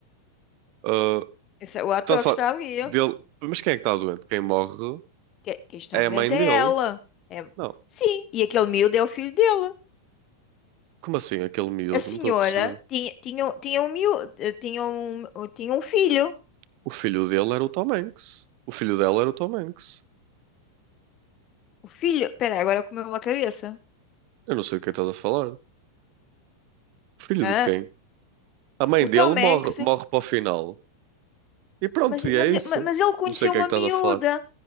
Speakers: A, on the right; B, on the left.
A: Ah,
B: Esse é o ator
A: tanto faz.
B: que está ali.
A: Dele... Mas quem é que está doente? Quem morre
B: Que- Quem está
A: é
B: doente
A: a mãe
B: é
A: dele.
B: ela. É-
A: Não.
B: Sim, e aquele miúdo é o filho dele.
A: Como assim, aquele miúdo?
B: A senhora
A: Não estou a perceber.
B: tinha, tinha, tinha um miúdo, tinha um, tinha um filho.
A: O filho dele era o Tom Hanks. O filho dela era o Tom Hanks.
B: O filho, espera, agora comeu uma cabeça.
A: Eu não sei o que estás a falar. Filho
B: Hã?
A: de quem? A mãe
B: O
A: dele
B: Tom
A: morre,
B: Hanks
A: morre para o final. E pronto,
B: Mas,
A: e
B: mas,
A: é isso.
B: mas ele conheceu
A: Não sei o que
B: uma
A: é que estás
B: miúda.
A: a falar.